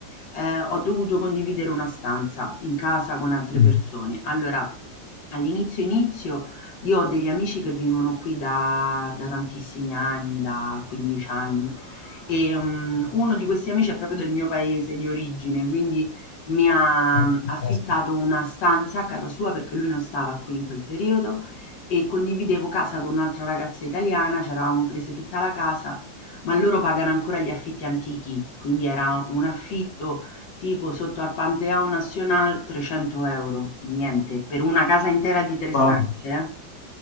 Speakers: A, on the left; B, on the left.
A: eh, ho dovuto condividere una stanza in casa con altre
B: Mhm.
A: persone. Allora, all'inizio inizio io ho degli amici che vivono qui da, da tantissimi anni, da 15 anni, e mm, uno di questi amici è proprio del mio paese di origine, quindi mi ha
B: Ah,
A: mm,
B: fantastico.
A: affittato una stanza a casa sua perché lui non stava qui in quel periodo e condividevo casa con un'altra ragazza italiana, ci eravamo prese tutta la casa, ma loro pagano ancora gli affitti antichi, quindi era un affitto tipo sotto al Pantheon National 300 euro, niente, per una casa intera di tre stanze,
B: Wow.
A: eh.